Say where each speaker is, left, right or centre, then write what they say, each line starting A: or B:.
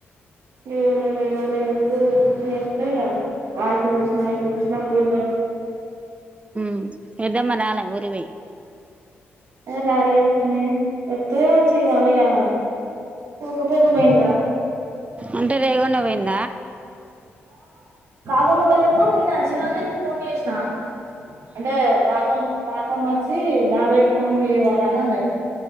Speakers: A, on the right; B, on the right.
A: లేవాల లేవాల ఏ ఏయ బ పడుసిన ఇంగ్షిన పోూజ
B: మ్ పెద్దమ్మ రాలె ఉరికిపోయి
A: రాలేదు పిన్ని వస్తే వచ్చిన ఏమీకా పోక పోక పోయింది కదా
B: అంటే రేకుండా పోయిందా
A: ప కో ననా శివాంజలి ఫోన్ చేసిన అంటే బాదం పాాపా మర్చి బాబాయ్కి ఫోన్ చెయ్యేవార అనమాయి